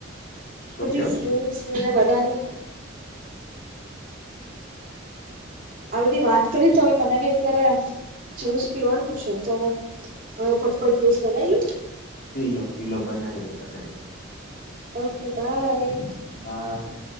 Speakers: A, on the left (about 55°); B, on the right (about 45°).
A: શું
B: પછી
A: કેવું
B: ફ્રુટશ
A: શું
B: ની બધાની આ બધી વાત કરી તો હવે મને બી અત્યારે જુસ પીવાનું છે તો હવે ફટફટ જ્યુસ બનાવી લઉં.
A: પીલો પીલો બનાવી લો બનાવી લો.
B: Okay bye.
A: બાય